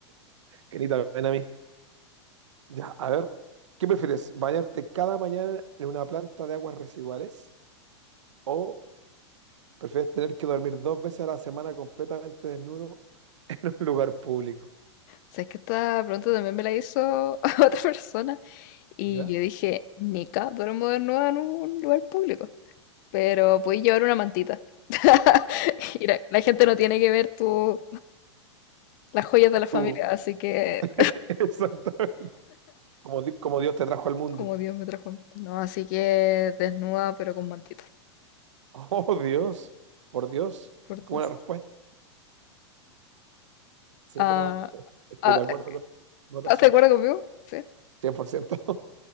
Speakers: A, on the right; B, on the left.
A: Que ni también a mí. Ya, a ver, ¿qué prefieres? ¿Bañarte cada mañana en una planta de aguas residuales? ¿O prefieres tener que dormir dos veces a la semana completamente desnudo <laughs> en un lugar público?
B: Sabes que esta pregunta también me la hizo <laughs> otra persona y
A: ¿Ya?
B: yo dije, Nica, duermo desnuda en un lugar público, pero puedes llevar una mantita. <laughs> Y la, la gente no tiene que ver tu, las joyas de la familia,
A: Tú,
B: así que
A: <laughs> exacto. Como, di- como Dios te trajo al mundo.
B: como Dios
A: <laughs>
B: me transforma. No, así que desnuda pero con mantita,
A: Oh, Dios, por Dios,
B: por
A: qué
B: Dios.
A: buena respuesta. Sí,
B: Ah,
A: pero estoy
B: ah,
A: de acuerdo con la votación.
B: ¿estás de acuerdo conmigo? Sí.
A: cien por ciento.